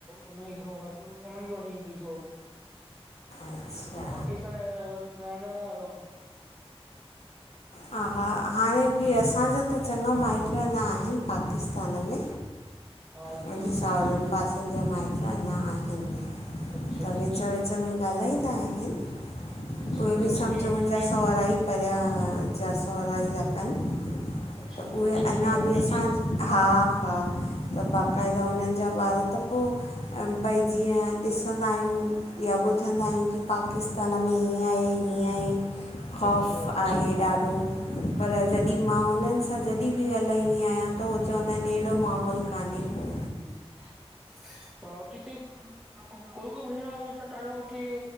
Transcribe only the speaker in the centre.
उनो ई घरोघट उन्हनि <unintelligible>
छो कि हो पाकिस्तान रहंदा हो।
हा जी
जी
अच्छा
अच्छा
कोन
ईंदी आहिनि
अच्छा
कोन
ईंदी आ
अच्छा
<inaudible> बाऊती त कोई कोई ब्रैड वगैरह त ॾाढो हुते